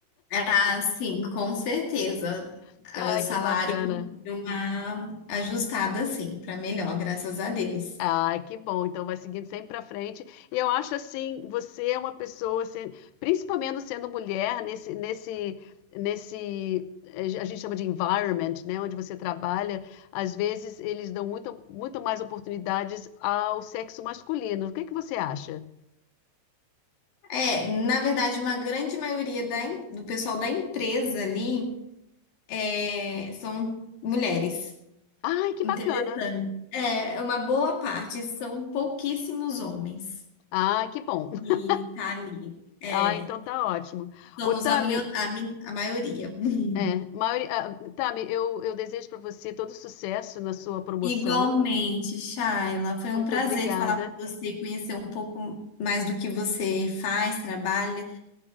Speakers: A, on the left; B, on the left.
A: Ah, sim, com certeza.
B: <laughs>
A: Ah,
B: Ai,
A: O salário
B: que bacana.
A: deu uma ajustada, sim, para melhor, graças a Deus.
B: Ah, que bom. Então vai seguindo sempre para frente. E eu acho assim, você é uma pessoa, assim, principalmente sendo mulher, nesse, nesse, nesse, eh, a gente chama de environment, né, onde você trabalha, às vezes eles dão muito, muito mais oportunidades ao sexo masculino. O que que você acha?
A: É, na verdade, uma grande maioria da, em- do pessoal da empresa ali é, são mulheres.
B: Ai, que
A: Interessante.
B: bacana.
A: É, é uma boa parte, são pouquíssimos homens.
B: Ah, que bom. <laughs>
A: E tá ali. É,
B: Ah, então tá ótimo.
A: somos
B: Ô, Tami,
A: a, mio- a, mi- a maioria. <laughs>
B: é, maioria, ah, Tami, eu, eu desejo para você todo sucesso na sua promoção.
A: Igualmente, Shaila, foi um
B: Muito
A: prazer
B: obrigada.
A: falar com você, conhecer um pouco mais do que você faz, trabalha.